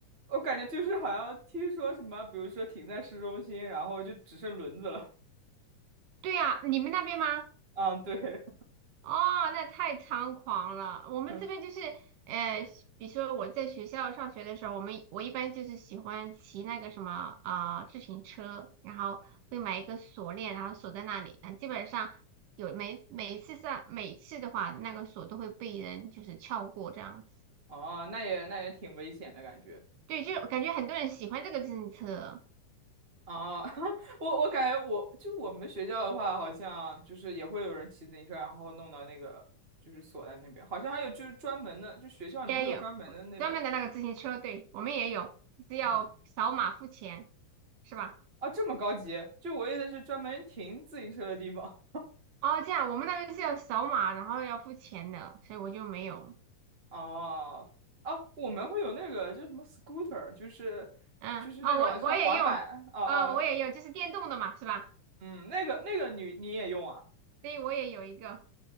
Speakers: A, on the right; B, on the right.
A: 我感觉就是好像听说什么，比如说停在市中心，然后就只剩轮子了。
B: 对呀，你们那边吗？
A: 嗯，对，
B: 哦，那太猖狂了。我们这边就是，
A: <laughs>
B: 呃，比如说我在学校上学的时候，我们我一般就是喜欢骑那个什么啊、呃自行车，然后会买一个锁链，然后锁在那里。啊，基本上有每每一次上每次的话，那个锁都会被人就是撬过这样子。
A: 哦，那也那也挺危险的感觉
B: 对，就是我感觉很多人喜欢这个自行车，
A: 啊。<laughs> 我我感觉我就我们学校的话，好像就是也会有人骑自行车，然后弄到那个就是锁在那边，好像还有就是专门的，就学校里面会有专门的那种，
B: 也有专门的那个自行车，对，我们也有，是要扫码付钱，
A: 嗯，
B: 是吧？
A: 啊，这么高级？就我意思是专门停自行车的地方。
B: 哦，这样我们那个是要扫码，然后要付钱的，所以我就没有。
A: <laughs> 哦，哦，我们会有那个就是什么 scooter，就是就是那种像滑板，
B: 嗯，哦，我我也用，
A: 哦哦，
B: 呃，我也用，就是电动的嘛，是吧？
A: 嗯，那个那个你你也用啊？
B: 对，我也有一个